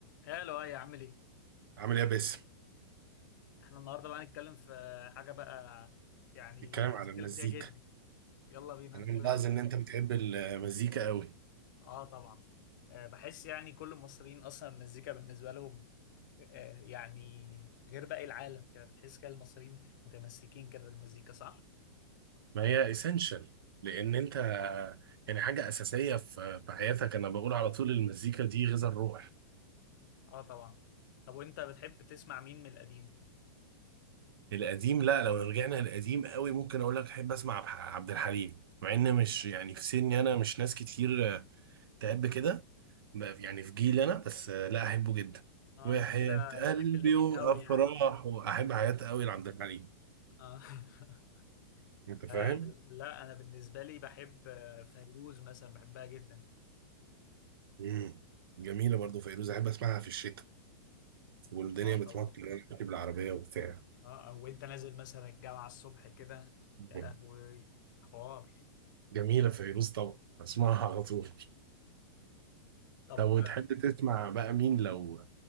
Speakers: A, on the left (about 55°); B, on the right (about 75°).
A: يا لؤي عامل ايه؟
B: عامل ايه يا باسم
A: احنا النهارده بقى هنتكلم في حاجه بقى يعني
B: بيتكلم
A: عايز
B: على
A: اتكلم
B: المزيكا
A: فيها جدا يلا بينا
B: انا
A: نتكلم
B: ملاحظ
A: عنها
B: ان انت بتحب المزيكا قوي
A: اه طبعا آه بحس يعني كل المصريين اصلا المزيكا بالنسبه لهم آه يعني غير باقي العالم كده بتحس كده المصريين متمسكين كده بالمزيكا صح؟
B: ما هي اسينشال لان انت يعني حاجه اساسيه في في حياتك انا بقول على طول المزيكا دي غذاء الروح
A: اه طبعا طب وانت بتحب تسمع مين من القديم؟
B: القديم لا لو رجعنا للقديم قوي ممكن اقول لك احب اسمع عبد عبد الحليم مع ان مش يعني في سني انا مش ناس كتير آه، تحب كده بقى في- يعني في جيلي انا بس آه، لا احبه جدا
A: اه
B: وحياة
A: انت كده
B: قلبي
A: بتحب القديم
B: وافراح
A: قوي يعني
B: واحب حياة قوي لعبد الحليم
A: اه <laughs>
B: انت فاهم
A: آه، لا انا بالنسبه لي بحب آه، فيروز مثلا بحبها جدا
B: امم جميله برضو فيروز احب اسمعها في الشتاء والدنيا
A: اه
B: بتمطر
A: طبعا
B: وانا راكب العربيه وبتاع
A: اه او انت نازل مثلا الجامعه الصبح كده
B: مم.
A: يا لهوي حوار
B: جميله فيروز طبعا اسمعها على طول
A: طب
B: طب وتحب تسمع بقى مين لو